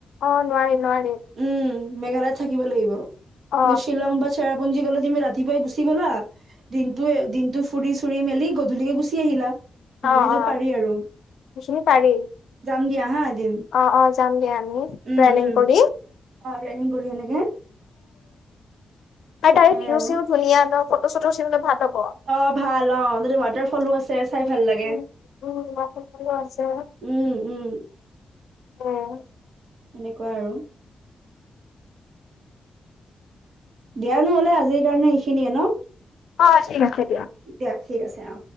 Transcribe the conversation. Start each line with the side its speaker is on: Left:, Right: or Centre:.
Left: অ' নোৱাৰি নোৱাৰি।
Right: উম, মেঘালয়ত থাকিব লাগিব
Left: অ
Right: কিন্তু শ্বিলং বা চেৰাপুঞ্জী গলে তুমি ৰাতিপুৱাই গুচি গ'লা। দিনটো দিনটো ফুৰি চুৰি মেলি গধূলিকে গুচি আহিলা। সেনেকা
Left: অ
Right: সেইটোত
Left: অ
Right: পাৰি আৰু
Left: সেইখিনি পাৰি
Right: যাম দিয়া হা- উম
Left: অ অ যাম দিয়া আমি
Right: উম
Left: প্লেনিং কৰি
Right: অ প্লেনিং কৰি সেনেকে -
Left: ত <unintelligible>
Right: সেয়াই আৰু।
Left: ধুনীয়া ন ফটো চটৰ চি <unintelligible>
Right: অ' ভাল অ যদি ৱাটাৰ ফলো আছে। চাই ভাল লাগে
Left: উম, উম, মই ফোন কৰিলোঁ আছে
Right: উম উম।
Left: উম,
Right: সেনেকুৱা আৰু- দিয়া নহলে আজিৰ কাৰণে এইখিনিয়ে ন-
Left: অ 'ঠিক আছে।
Right: দিয়া ঠিক আছে অ।